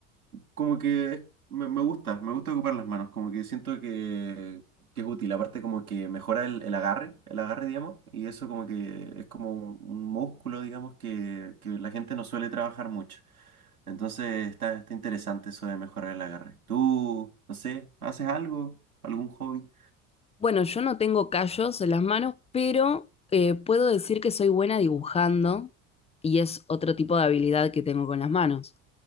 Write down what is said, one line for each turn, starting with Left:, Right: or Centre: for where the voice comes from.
Right: como que me, me gusta, me gusta ocupar las manos, como que siento que, que es útil, aparte como que mejora el, el agarre, el agarre, digamos, y eso como que es como un, un músculo, digamos, que, que la gente no suele trabajar mucho. Entonces está, está interesante eso de mejorar el agarre. ¿Tú, no sé, haces algo, algún hobby?
Left: Bueno, yo no tengo callos en las manos, pero eh, puedo decir que soy buena dibujando y es otro tipo de habilidad que tengo con las manos.